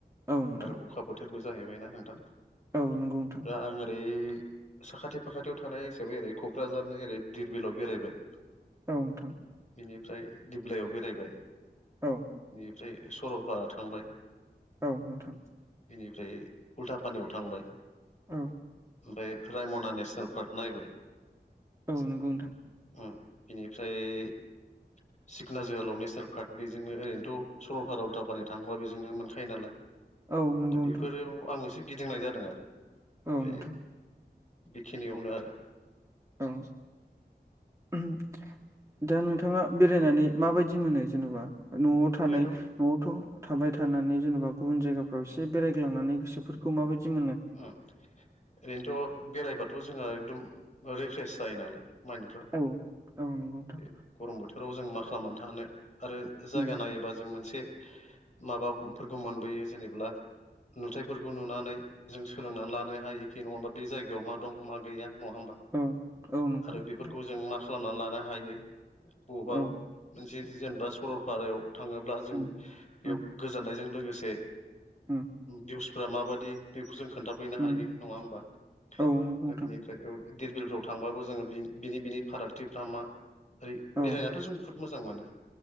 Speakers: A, on the right; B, on the left.
A: औ नोंथां
B: आरो अखा बोथोरबो जाहैबाय ना नोंथां
A: औ नंगौ नोंथां
B: दा आं ओरै साखाथि फाखाथियाव थानाय हिसाबै ओरै क'क्राझारनि ओरै धिरबिलाव बेरायबाय।
A: औ नोंथां।
B: बिनिफ्राय दिप्लायाव बेरायबाय।
A: औ
B: बेनिफ्राय सरलपारा थांबाय।
A: औ नोंथां।
B: बेनिफ्राय उल्था पानियाव थांबाय।
A: औ।
B: ओमफ्राय रायमना नेसनेल पार्क नायबाय।
A: औ नंगौ नोंथां।
B: उम बिनिफ्राय
A: उ <inaudible>
B: सिखना जोहोलाव नेसनेल पार्क बेजोंनो ओरैनोथ' सरलपारा उल्थाफानि थाङोबा बेजोंनो मोनखायो नालाय।
A: औ नंगौ
B: दा
A: नोंथां
B: बेफोराव आं एसे गिदिंनाय जादों आरो। ओमफ्राय
A: औ नोंथां।
B: बेखिनियावनो आरो।
A: औ <inaudible> दा नोंथाङा बेरायनानै माबायदि मोनो जेन'बा न'आव थानाय
B: ओरैनोथ'
A: न'आवथ' थाबाय थानानै जेनेबा गुबुन जायगाफ्राव एसे बेरायग्लांनानै गोसोफोरखौ माबायदि मोनो?
B: उम ओरैनोथ' बेरायबाथ' जोंहा एकदम रिफ्र्रेस जायो नालाय माइनफ्रा
A: औ औ नंगौ नोंथां
B: बे गरम बोथोराव जों मा खालामनानै थानो आरो जायगा
A: उम
B: नायोबा जों मोनसे माबाफोरखौ मोनबोयो जेनेब्ला नुथायाइफोरखौ नुनानै जों सोलोंनानै लानो हायोखि नङा होमबा बे जायगायाव मा दं मा गैया नङा होमबा।
A: औ औ नंगौ
B: आरो
A: नोंथां
B: बेफोरखौ जों मा खालामनानै लानो हायो बबावबा
A: औ
B: मोनसे जेनेबा सरलपारायाव थाङोब्ला जों
A: उम
B: बेयाव
A: उम
B: गोजोननायजों लोगोसे
A: उम
B: भिउसफोरा माबादि बेखौ जों खोनथा फैनो
A: उम
B: हायो नङा होमबा
A: औ नंगौ
B: दा
A: नोंथां
B: बिनिफ्राय धिरबिलफ्राव थांबाबो जोङो बि बिनि बिनि फारागथिफ्रा मा ओरै
A: औ
B: बेरायनाथ' जों मोजां मोनो